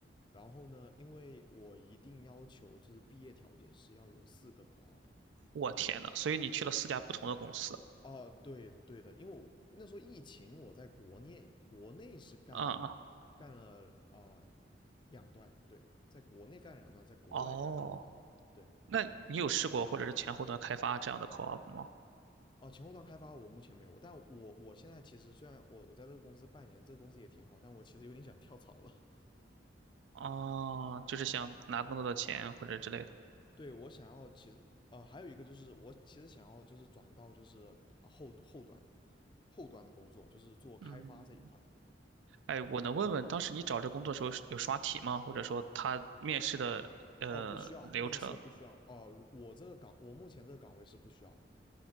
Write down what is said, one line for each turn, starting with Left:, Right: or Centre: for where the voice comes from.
Left: 然后呢，因为我一定要求就是毕业条件是要有四个 co-op，
Right: 我天呐，
Left: 就
Right: 所以你去了四家不同的公司，
Left: 哦，对对的，因为我那时候疫情，我在国内国内是干了
Right: 啊、嗯、
Left: 干了啊、呃两段，对，在国内干了两段，在国外干了两段，
Right: 哦，
Left: 对，
Right: 那你有试过或者是前后端开发这样的 co-op 吗？
Left: 哦，前后端开发我目前没有，但我我现在其实虽然我我在这个公司半年，这个公司也挺好，但我其实有点想跳槽了，
Right: 哦，就是想拿更多的钱或者之类的，
Left: 对，我想要其实呃还有一个就是我其实想要就是转到就是呃后后端的后端的工作，就是做开发这一块。
Right: 嗯，哎，我能问问当时你找这工作的时候是有刷题吗？或者说他面试的呃流程
Left: 哦，不需要面试，不需要。哦，如我这个岗，我目前这个岗位是不需要的，